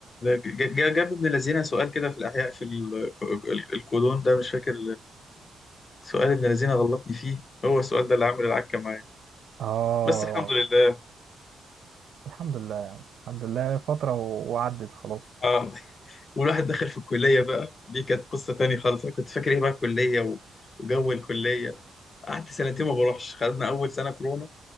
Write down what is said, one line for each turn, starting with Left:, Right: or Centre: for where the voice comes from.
Left: ج- ج- جاب ابن الذين سؤال كده في الأحياء في ال- ال- الكولون ده مش فاكر سؤال ابن الذين غلطني فيه هو السؤال ده اللي عامل العكة معايا
Right: اه
Left: بس الحمد لله
Right: الحمد لله الحمد لله فتره و- وعدت خلاص
Left: اه والواحد دخل في الكلية بقى دي كانت قصة تانية خالص أنا كنت فاكر إيه بقى الكلية و- وجو الكلية قعدت سنتين ما بروحش خدنا أول سنة كورونا